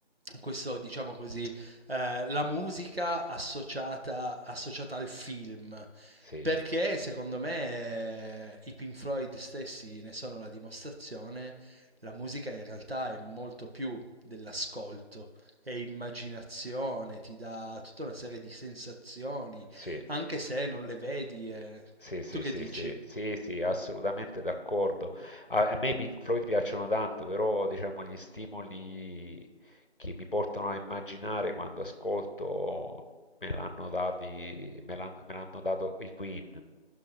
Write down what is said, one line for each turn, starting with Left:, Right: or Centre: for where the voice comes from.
Right: questo diciamo così, eh, la musica associata, associata al film
Left: sì,
Right: perché secondo me eh, i Pink Floyd stessi ne sono la dimostrazione, la musica in realtà è molto più dell'ascolto, è immaginazione, ti dà tutta una serie di sensazioni,
Left: sì,
Right: anche se non le vedi. eh.
Left: sì, sì,
Right: Tu che
Left: sì,
Right: dici?
Left: sì, sì, sì, assolutamente d'accordo. A, a me i Pink Floyd piacciono tanto, però diciamo gli stimoli che mi portano a immaginare quando ascolto me l'hanno dati, me l'han- me l'hanno dato i Queen.